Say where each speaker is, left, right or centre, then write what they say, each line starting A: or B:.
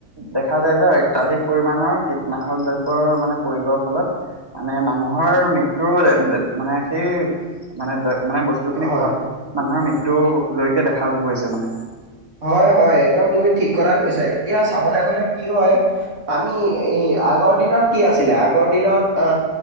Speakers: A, on the right; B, on the right.
A: দেখা যায় যে অত্যধিক পৰিমাণৰ কীটনাশক দ্ৰব্যৰ মানে প্ৰয়োগৰ ফলত মানে মানুহৰ মৃত্যুৰ মানে সেই মানে মানে বস্তুখিনি
B: হয়।
A: মানুহৰ মৃত্যু জৰিকে দেখা গৈছে মানে
B: হয় হয় একদম তুমি ঠিক কথা কৈছা এতিয়া চাবলৈ গলে কি হয় আমি আগৰ দিনত কি আছিলে আগৰ দিনত অ